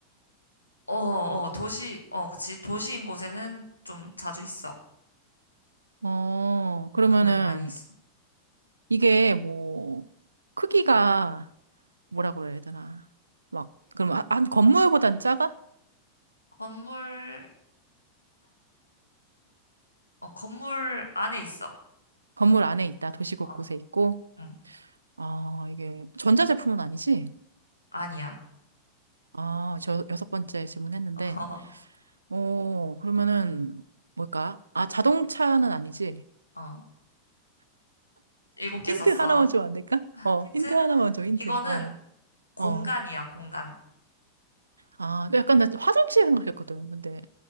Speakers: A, on the left; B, on the right.
A: 어, 어, 어, 도시, 어, 그치. 도시인 곳에는 좀 자주 있어.
B: 어, 그러면은,
A: 은근 많이 있어.
B: 이게 뭐, 크기가 뭐라 그래야 되나. 막, 그럼 한 한 건물보단 작아?
A: 건물보다는, 어, 건물 안에 있어.
B: 건물 안에 있다. 도시 곳곳에
A: 어,
B: 있고.
A: 응,
B: 아, 이게 전자제품은 아니지?
A: 아니야.
B: 아, 저 여섯 번째 질문했는데.
A: <laughs>
B: 어, 그러면은 뭘까? 아, 자동차는 아니지?
A: 어, 어, 일곱 개
B: 힌트
A: 썼어.
B: 하나만 주면 안 될까? 어,
A: 힌트?
B: 힌트 하나만 줘, 힌트.
A: 이거는
B: 어,
A: 공간이야,
B: 어.
A: 공간.
B: 아, 그 약간 나 화장실 생각했거든. 근데